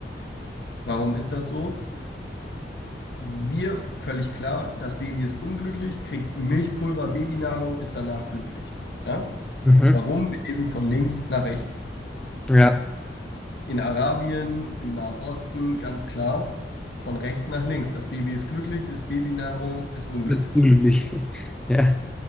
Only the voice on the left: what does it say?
Warum ist das so? Wir, völlig klar, das Baby ist unglücklich, kriegt Milchpulver, Babynahrung, ist danach glücklich. Ja?
Warum? Wir lesen von links nach rechts.
In Arabien, im Nahen Osten, ganz klar, von rechts nach links. Das Baby ist glücklich, ist Babynahrung, ist unglücklich.